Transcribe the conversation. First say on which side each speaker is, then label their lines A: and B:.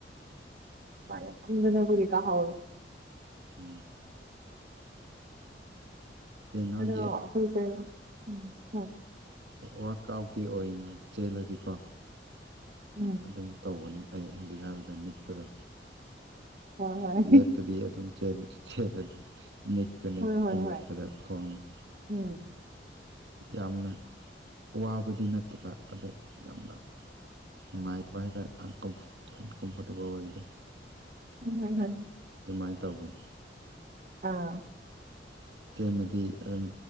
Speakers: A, on the right; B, on the right.
A: ꯑꯃꯥꯏꯅ ꯀꯨꯝꯗꯅꯕꯨꯗꯤ ꯀꯥꯍꯧꯋꯦ
B: ꯎꯝ ꯀꯩꯅꯣꯒꯤ
A: ꯑꯗꯣ ꯑꯩꯈꯣꯏꯖꯦ ꯎꯝ ꯍꯣ
B: ꯋꯥꯔꯛ ꯑꯥꯎꯠꯀꯤ ꯑꯣꯏꯅ ꯆꯦꯜꯂꯗꯤꯀꯣ
A: ꯎꯝ
B: ꯑꯗꯨꯝ ꯇꯧꯕꯅꯤ ꯑꯩ ꯍꯧꯖꯤꯛ ꯍꯥꯏꯕꯗ ꯅꯤꯛꯄꯗꯣ
A: ꯍꯣꯏ ꯍꯣꯏ
B: ꯂꯦꯞꯇꯕꯤ ꯑꯗꯨꯝ ꯆꯦꯜꯂꯦ ꯆꯦꯜꯂꯗꯤ ꯅꯤꯛꯄꯅꯦ
A: ꯍꯣꯏ ꯍꯣꯏ
B: ꯀꯃꯛꯄꯗ
A: ꯍꯣꯏ
B: ꯈꯣꯡꯗꯣ
A: ꯎꯝ
B: ꯌꯥꯝꯅ ꯋꯥꯕꯗꯤ ꯅꯠꯇꯕ ꯑꯗꯣ ꯌꯥꯝꯅ ꯅꯨꯡꯉꯥꯏꯇꯕ ꯍꯥꯏꯇꯥꯔꯦ ꯑꯟꯀꯝꯐꯣꯔꯇꯦꯕꯜ ꯑꯣꯏꯕꯗꯣ
A: ꯍꯣꯏ ꯍꯣꯏ ꯍꯣꯏ
B: ꯑꯗꯨꯃꯥꯏꯅ ꯇꯧꯕꯅꯦ
A: ꯑꯧ
B: ꯆꯦꯟꯕꯗꯤ ꯑꯗꯨꯝ